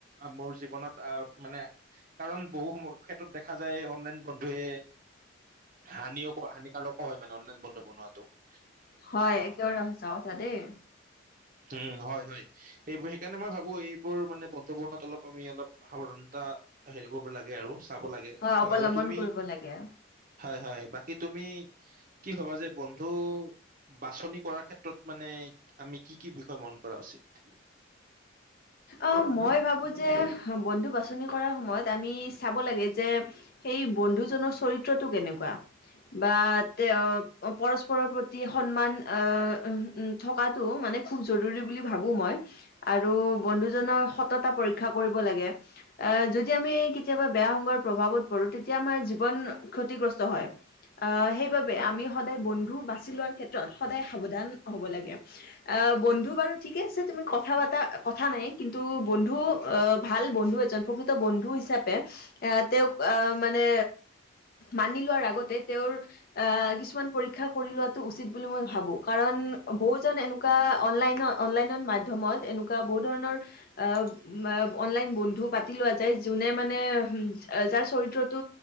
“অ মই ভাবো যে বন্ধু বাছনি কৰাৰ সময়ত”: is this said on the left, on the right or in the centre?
Left